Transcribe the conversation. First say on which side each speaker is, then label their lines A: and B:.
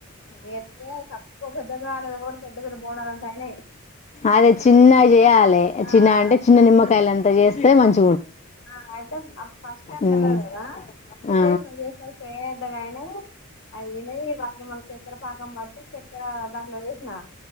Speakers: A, on the left (about 60°); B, on the left (about 30°).
A: వేస్తే తక్కువ పెద్దగా రాలేదు ఒకటి పెద్ద పెద్ద బోండాలంత అయినాయి
B: అదే చిన్న చేయాలి
A: ఆ
B: చిన్న అంటే చిన్న నిమ్మకాయలు అంత చేస్తే మంచి
A: ఆ అయితే అప్పుడు ఫస్ట్ టైం
B: ఉమ్.
A: తెలవదు కదా ఇంగ
B: ఆ
A: చేసినం పేద్దగానీ అయినయి వాటిని మన చెత్తర పాకం బట్టి చెత్తర దాంట్లో వేసినా